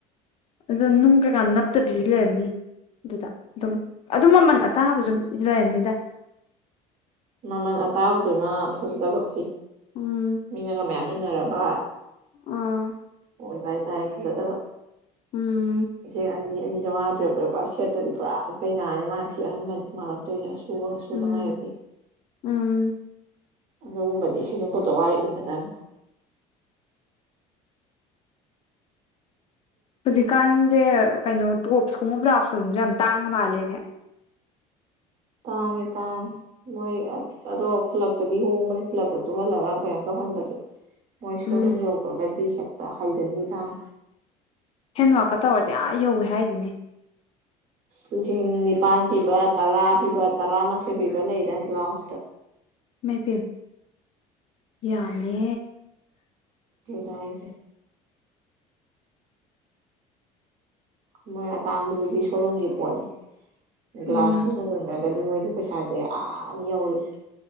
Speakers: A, on the left; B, on the right.
A: ꯑꯗꯨꯗꯅ ꯀ ꯀꯥꯟ ꯅꯞꯇ ꯕꯤꯖꯤ ꯂꯅꯤ ꯑꯗꯨꯗ ꯑꯗꯨꯝ ꯑꯗꯨꯝ ꯃꯃꯜ ꯑꯇꯥꯕꯁꯨ ꯂꯩꯔꯝꯅꯤꯗ
B: ꯃꯃꯜ ꯑꯇꯥꯕꯗꯨꯅ ꯐꯖꯗꯕ ꯐꯤ
A: ꯎꯝ
B: ꯃꯤꯅꯒ ꯃꯌꯥꯝ ꯏꯟꯅꯔꯕ
A: ꯑꯥ
B: ꯑꯣꯏꯕ ꯍꯥꯏ ꯇꯔꯦ ꯐꯖꯗꯕ
A: ꯎꯝ
B: ꯂꯤꯁꯤꯡ ꯑꯅꯤ ꯑꯦꯅꯤ ꯆꯥꯝꯉꯥ ꯄꯤꯔꯛꯄꯔꯦꯔꯥꯦꯠꯇꯗꯤ ꯄꯨꯔꯥ ꯀꯩꯅꯥꯅꯦ ꯃꯥꯒꯤ ꯐꯤ ꯑꯍꯟꯕꯟꯗꯤ ꯃꯥꯜꯂꯛꯇꯣꯏꯅꯦ ꯑꯁ ꯁꯨꯕ ꯁꯨꯗꯉꯥꯏꯕꯤ
A: ꯎꯝ ꯎꯝ
B: ꯑꯗꯨꯒꯨꯝꯕꯗꯤ ꯍꯩꯖꯤꯡꯄꯣꯠꯇꯣ ꯋꯥꯔꯛ ꯏꯟꯒ ꯇꯅꯤ
A: ꯍꯧꯖꯤꯛꯀꯥꯟꯁꯦ ꯀꯩꯅꯣ ꯇꯣꯞꯁꯀꯨꯝꯕ ꯕ꯭ꯂꯥꯎꯁꯀꯨꯝꯕꯁꯨꯦ ꯌꯥꯝ ꯇꯥꯡꯉ ꯃꯥꯜꯂꯦꯅꯦ <unintelligible>
B: ꯇꯥꯡꯉꯦ ꯇꯥꯡꯉꯦ ꯃꯣꯏ ꯑꯗꯣ ꯈꯨꯜꯂꯛꯇꯗꯤ ꯍꯣꯡꯕꯅꯤ ꯈꯨꯜꯂꯛꯇ ꯇꯨꯍꯜꯂꯒ ꯀꯩꯅꯣ ꯇꯧꯍꯟ ꯃꯣꯏ ꯁꯣꯔꯨꯝ
A: ꯎꯝ
B: ꯌꯧꯈ꯭ꯔꯒꯗꯤ ꯍꯦꯛꯇ ꯍꯥꯏꯖꯟꯈꯤꯦ ꯇꯥꯡ
A: ꯍꯦꯟꯋꯀ ꯇꯧꯔꯗꯤ ꯑ ꯌꯧꯋꯦ ꯍꯥꯏꯔꯤꯅꯦ
B: ꯂꯤꯁꯤꯡ ꯅꯤꯄꯥꯥꯟ ꯄꯤꯕ ꯇꯔꯥ ꯄꯤꯕ ꯇꯔꯥꯃꯥꯊꯣꯏ ꯄꯤꯕ ꯂꯩꯗꯅ ꯕ꯭ꯂꯥꯎꯁꯇ
A: ꯃꯕꯦꯝ ꯌꯥꯝꯃꯦ
B: ꯗ ꯍꯥꯏꯁꯦ ꯃꯣꯏ ꯑꯇꯥꯡꯕꯗꯨꯗꯤ ꯁꯣꯔꯨꯝꯒꯤ ꯄꯣꯠꯅꯤ
A: ꯎꯝ
B: ꯒ꯭ꯂꯥꯁ ꯐꯖ ꯒꯗꯤ ꯃꯣꯏꯗꯤ ꯄꯩꯁꯥꯁꯦ ꯑꯥꯅꯤ ꯌꯧꯔꯨꯁꯦ